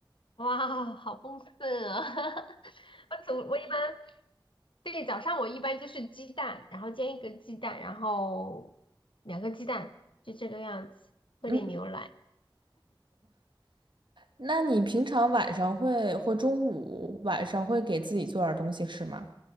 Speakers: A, on the left; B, on the right.
A: 哇，好丰盛啊！<laughs> 我总我一般对早上我一般就是鸡蛋，然后煎一个鸡蛋，然后两个鸡蛋，就这个样子，喝点牛奶。
B: 嗯，那你平常晚上会或中午晚上会给自己做点儿东西吃吗？